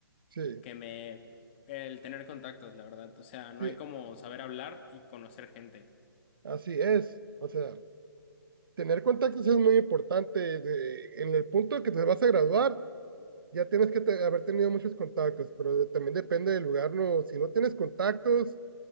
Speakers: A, on the right (about 65°); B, on the left (about 25°).
A: Sí,
B: que me... el tener contactos, la verdad. O sea, no
A: sí,
B: hay como saber hablar y conocer gente.
A: así es. O sea, tener contactos es muy importante. de- en el punto que te vas a graduar, ya tienes que te- haber tenido muchos contactos, pero de- también depende del lugar, ¿no? Si no tienes contactos